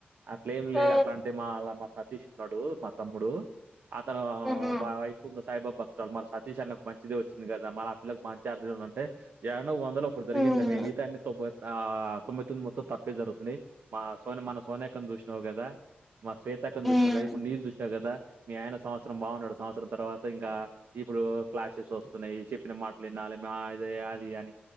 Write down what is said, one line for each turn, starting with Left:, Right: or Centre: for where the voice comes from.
Right: అట్ల ఏం లే
Centre: ఆ
Right: అట్లా అంటే మా మా సతీష్ ఉన్నాడు మా తమ్ముడు అతను.
Centre: ఉహు
Right: వాడి వైఫ్ కూడ సాయిబాబ భక్తురాలు మా సతీష్ అన్నకు మంచిదే వచ్చింది కదా మాళ్ళ ఆ పిల్లకి మంచి చార్జీలు ఉందంటే. ఏడనో వందలో ఒకటి జరిగిందిదాది
Centre: ఉమ్.
Right: మిగతావన్నీ తొంభై ఆహ్ తొంభై తొమ్మిది మొత్తం తప్పే జరుగుతున్నాయి మా. సోని మన సోనాక్కను చూషీనావు కదా మా శ్వేతక్కను చూసిన
Centre: ఉమ్.
Right: కద ఇప్పుడు నీదీ చూసినవ్ కదా. మీ ఆయన సంవత్సరం బాగున్నాడు. సంవత్సరం తర్వాత ఇంకా ఇప్పుడు క్లాసెస్ వస్తున్నాయి చెప్పిన మాటలు వినాలి మాదే అది అని.